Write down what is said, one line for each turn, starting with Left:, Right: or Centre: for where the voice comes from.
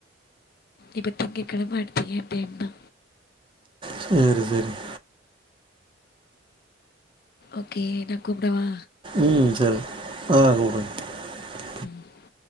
Left: இப்ப திங்ககிழம அடுத்து ஏ டைம் தா
Right: சேரி சேரி <unintelligible>
Left: ஓகே நா கூப்புடவா
Right: உம் சரி ஆஹ கூப்ட <unintelligible>
Left: ஹ <unintelligible>